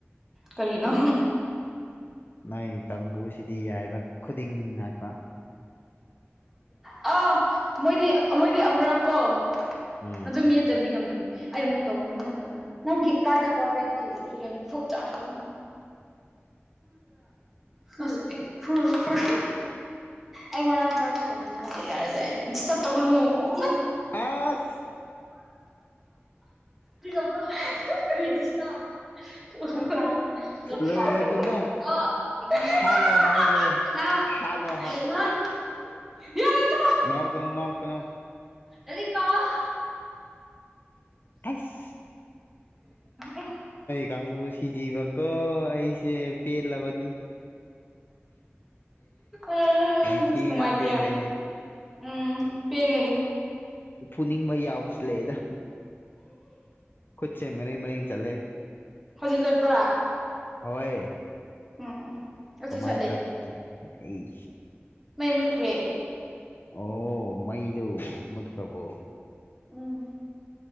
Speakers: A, in the centre; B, on the left (about 50°).
A: ꯀꯔꯤꯅꯣ
B: ꯅꯣꯏ ꯀꯥꯡꯕꯨꯁꯤꯗꯤ ꯌꯥꯏꯕ ꯈꯨꯗꯤꯡ ꯉꯥꯛꯄ
A: ꯑ ꯃꯣꯏꯗꯤ ꯃꯣꯏꯗꯤ ꯑꯃꯔꯛ ꯀꯣ
B: ꯎꯝ
A: ꯑꯗꯨ ꯃꯤꯌꯦꯠꯇꯗꯤ ꯉꯝꯗꯕꯅꯤ ꯑꯩ ꯑꯃꯨꯛ ꯇꯧꯒꯅꯤ ꯅꯪ ꯂꯣꯏꯔꯝ ꯅꯪꯒꯤ ꯀꯥꯏꯗ ꯄꯔꯕꯗꯤ ꯐꯨ ꯆꯥ ꯐꯨ ꯐ ꯐ꯭ꯔꯥ ꯑꯩ ꯉꯔꯥꯡ ꯆꯥꯔꯖ ꯇꯧ ꯗꯤꯁꯇꯔ ꯇꯧ
B: ꯑ
A: ꯄꯖꯄ ꯗꯤꯁ <inaudible> <unintelligible>
B: ꯂꯣꯏꯔꯦꯗꯅ ꯍꯥꯠꯂꯣ ꯍꯥꯏꯈ꯭ꯔꯣ ꯍꯥꯠꯂꯣ ꯅꯧ ꯀꯅꯣ ꯅꯧ ꯀꯩꯅꯣ
A: ꯑꯗꯨꯔꯤ ꯄꯥꯎ
B: ꯑꯁ
A: <unintelligible>
B: ꯀꯪꯕꯨ ꯁꯤꯖꯤꯕ ꯀꯣ ꯑꯩꯁꯦ ꯄꯦ ꯂꯕꯅꯤ
A: ꯑꯦ
B: ꯌꯥꯝ ꯊꯤꯅ
A: ꯁꯉꯥꯏꯇꯌꯥꯅ
B: ꯄꯦꯜꯂꯦꯍꯦ
A: ꯎꯝ ꯄꯦꯟꯒꯅꯤ
B: ꯄꯨꯅꯤꯡꯕ ꯌꯥꯎꯁ ꯂꯩꯗ ꯄꯨ ꯃꯔꯤ ꯃꯅ ꯆꯂꯦ
A: ꯍꯧꯖꯤꯛ ꯆꯠꯄ꯭ꯔꯥ
B: ꯍꯣꯏ
A: ꯎꯝ ꯑꯁꯤ
B: ꯀꯃꯥꯏꯅ
A: ꯆꯠꯂꯦ
B: ꯆꯠꯇꯒꯦ ꯑꯩ
A: ꯃꯩ ꯃꯨꯠꯈ꯭ꯔꯦ
B: ꯑꯣ ꯃꯩꯗꯨ ꯃꯗꯀ꯭ꯔꯕꯣ
A: ꯎꯝ